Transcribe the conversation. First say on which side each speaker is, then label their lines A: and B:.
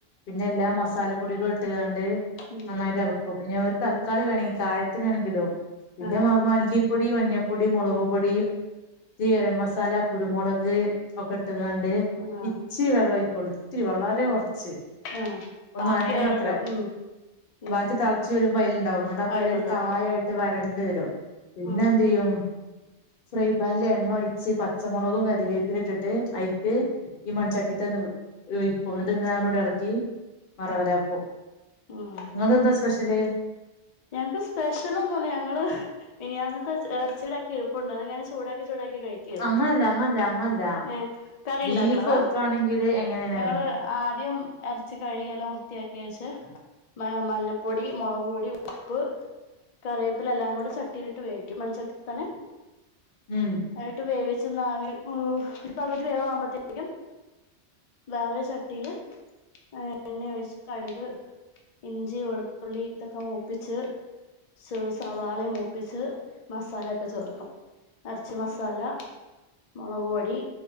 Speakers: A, on the left; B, on the left.
A: പിന്നെ എല്ലാ മസാലപ്പൊടികളും ഇട്ട്കാണ്ട്
B: ഉം
A: നന്നായിട്ട് എളക്കും പിന്നെ ഒരു തക്കാളി
B: ഉം
A: വേണമെങ്കി കായത്തിന് വേണമെങ്കി ഇടും പിന്നെ
B: ആഹ്
A: മ മല്ലിപ്പൊടി മഞ്ഞപ്പൊടി മാെളക്പൊടി ഇത്രി ഗരം മസാല കുരുമുളക് ഒക്കെ ഇട്ട്ക്കാണ്ട്
B: ആഹ്
A: ച്ചിരി‌ വെള്ളഒഴിക്കാെള്ളൂ ഇത്തിരി വളരെ കാെറച്ച്
B: ആഹ്
A: ഒന്ന്
B: ബാക്കി
A: നന്നയണ
B: അയിലും
A: അത്ര
B: ഉണ്ടാവും ഉം ഉം
A: ബാക്കി തളച്ച് വരുമ്പോ അയില്ണ്ടാവും അതപ്പ
B: അയിലുണ്ടാവും
A: ഇല്ലേല് കായായിട്ട് വരണ്ട് വരും പിന്നെ
B: ഉം
A: എന്തെയ്യും ഫ്രൈ പാനില് എണ്ണ ഒഴിച്ച് പച്ചമാെളകും കര് രേപ്പിലിം ഇട്ട്ട്ട് അയ്ക്ക്
B: ഉം
A: ഈ മൻചട്ടീതന്നെ ഒഴിക്കും ന്നട്ട്ങ്ങനെ അങ്ങട്ടൂട്ടും എളക്കി മറവരാക്കും
B: ഉം
A: ഇങ്ങക്കന്താ സ്പെഷ്യല്
B: ഞങ്ങക്ക് സ്പെഷ്യലഒന്നുംല്ല ഞങ്ങള് മിനിയാന്ന്‌ത്തെച് എർച്ചീടെ ആ ക്കിഴ്‌പ്പുണ്ട് അത്ങ്ങനെ ചൂടാക്കി ചൂടാക്കി കഴിക്കും
A: അങ്ങനല്ല
B: ക്കി
A: അങ്ങനല്ല അങ്ങനല്ല
B: ഏഹ് കറിണ്ടാക്ക്ണതാ
A: ബീഫ് വെക്കാണെങ്കില് എങ്ങനെയാണ്
B: ഞങ്ങള് ആദ്യം എർച്ചി കഴികിയെല്ലാം വൃത്തിയാക്കിയേച്ച് മ മഞ്ഞപ്പൊടി മാെളക് പൊടി ഉപ് ഉപ്പ് കറിയേപ്പില എല്ലാം കൂടെ ചട്ടിയിലിട്ട് വേവിക്കും മൺചട്ടീ തന്നെ
A: ഉം
B: എന്നട്ട് വേവിച്ചന്ന് ആവി ഒരു പകുതി വേവവുമ്പോത്തേക്കും വേറെരു ചട്ടിയില് എ എണ്ണഒഴിച്ച കട്ക് ഇഞ്ചി വെളുത്തുള്ളി ഇതൊക്കെ മൂപ്പ് പ്പിച്ച് സ് സവാളിം മൂപ്പിച്ച് മസാലൊക്കെ ചേർക്കും എർച്ചി മസാല മാെളക് പൊടി